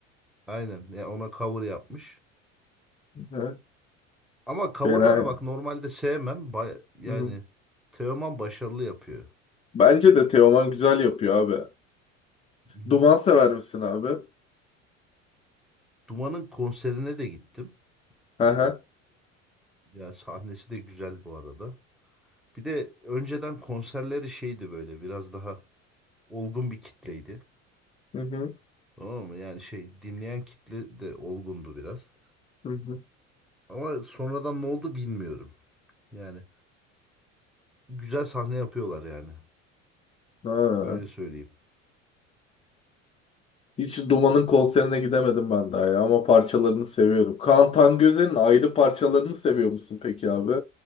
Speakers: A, in the centre; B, on the left.
A: Aynen. Ya ona cover yapmış.
B: Ha,
A: Ama coverları
B: Fena ya.
A: bak normalde sevmem. Baya- yani
B: Hı.
A: Teoman başarılı yapıyor.
B: Bence de Teoman güzel yapıyor abi.
A: Hı
B: Duman sever misin abi?
A: Duman'ın konserine de gittim.
B: Hı
A: Ee,
B: hı.
A: yani sahnesi de güzel bu arada. Bir de önceden konserleri şeydi böyle biraz daha olgun bir kitleydi.
B: Hı hı.
A: Tamam mı? Yani şey dinleyen kitle de olgundu biraz.
B: Hı hı.
A: Ama sonradan ne oldu bilmiyorum. Yani güzel sahne yapıyorlar yani.
B: Ha.
A: Öyle söyleyeyim.
B: Hiç Duman'ın konserine gidemedim ben daha ya ama parçalarını seviyorum. Kaan Tangöze'nin ayrı parçalarını seviyor musun peki abi?